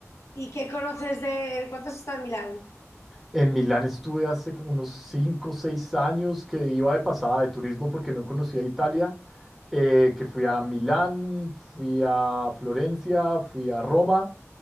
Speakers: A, on the left; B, in the centre.
A: ¿Y qué conoces de... ¿Cuánto has estado en Milán?
B: En Milán estuve hace como unos 5, o 6 años que iba de pasada de turismo porque no conocía Italia, eh, que fui a Milán, fui a Florencia, fui a Roma